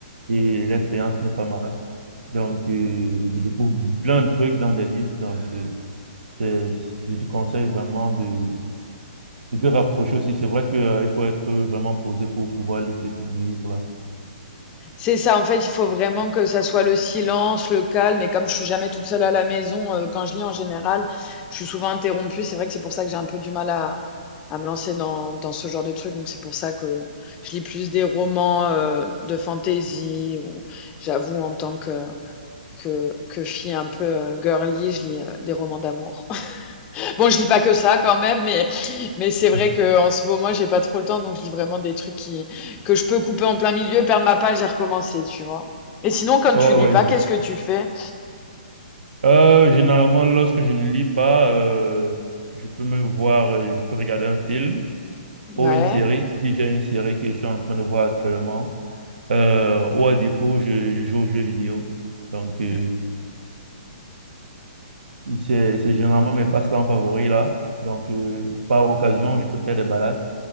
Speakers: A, on the right (about 80°); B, on the left (about 20°).
A: Et l'expérience n'est pas mal. Donc euh, je découvre plein de trucs dans des livres, donc euh, c'est, je te conseille vraiment de, de te rapprocher aussi. C'est vrai que, euh, il faut être vraiment posé pour pouvoir lire ce type de livre-là.
B: c'est ça. En fait, il faut vraiment que ça soit le silence, le calme. Et comme je suis jamais toute seule à la maison, euh, quand je lis en général, je suis souvent interrompue. C'est vrai que c'est pour ça que j'ai un peu du mal à, à me lancer dans, dans ce genre de trucs. Donc, c'est pour ça que je lis plus des romans euh, de fantasy. Ou j'avoue, en tant que que, que fille un peu euh, girly, je lis euh, des romans d'amour. <laughs> Bon, je lis pas que ça quand même, mais, mais c'est
A: <laughs>
B: vrai que en ce moment, j'ai pas trop le temps, donc je lis vraiment des trucs qui, que je peux couper en plein milieu, perdre ma page et recommencer, tu vois. Et sinon, quand
A: Ouais,
B: tu lis
A: ouais,
B: pas, qu'est-ce que tu fais?
A: Euh, généralement, lorsque je ne lis pas, euh, je peux me voir, euh, je peux regarder un film
B: Ouais,
A: ou une série, si j'ai une série que je suis en train de voir actuellement, euh, ou à défaut, je, je joue aux jeux vidéo. Donc, euh,
B: Mm.
A: c'est, c'est généralement mes passe-temps favoris là. Donc, euh, par occasion, je peux faire des balades.